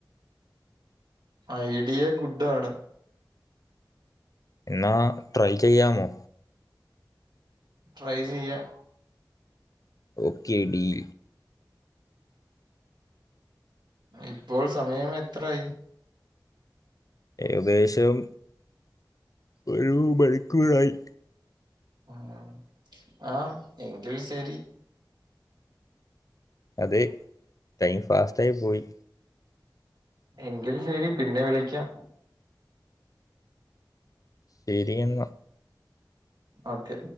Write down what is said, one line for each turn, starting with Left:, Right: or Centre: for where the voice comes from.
Right: ഐഡിയ ഗുഡ് ആണ്
Left: എന്നാ ട്രൈ ചെയ്യാമോ
Right: ട്രൈ ചെയാം
Left: ഓക്കെ ഡീൽ
Right: ഇപ്പോൾ സമയം എത്രായി
Left: ഏകദേശം ഒരു മണിക്കൂറായി
Right: ഉം ആഹ് എങ്കിൽ ശരി
Left: അത് ടൈം ഫാസ്റ്റായി പോയി
Right: എങ്കിലും ശരി പിന്നെ വിളിക്കാം
Left: ശരി എന്നാ
Right: ഓക്കെ